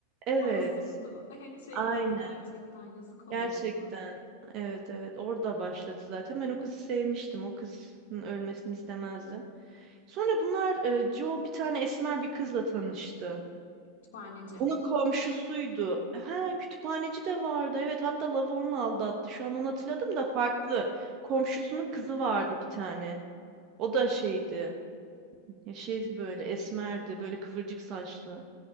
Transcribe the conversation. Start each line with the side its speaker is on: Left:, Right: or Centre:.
Right: Evet.
Left: Masumdu. En şey
Right: Aynen.
Left: oydu gerçekten. Yazık oldu
Right: Gerçekten.
Left: ona.
Right: Evet evet orada başladı zaten. Ben o kızı sevmiştim. O kızın ölmesini istemezdim. Sonra bunlar e, Joe bir tane esmer bir kızla tanıştı.
Left: Kütüphaneci.
Right: Onun komşusuydu. Ha kütüphaneci de vardı. Evet hatta Lav'ı onunla aldattı. Şu an onu hatırladım da farklı. Komşusunun kızı vardı bir tane. O da şeydi. Ya şey böyle esmerdi. Böyle kıvırcık saçlı.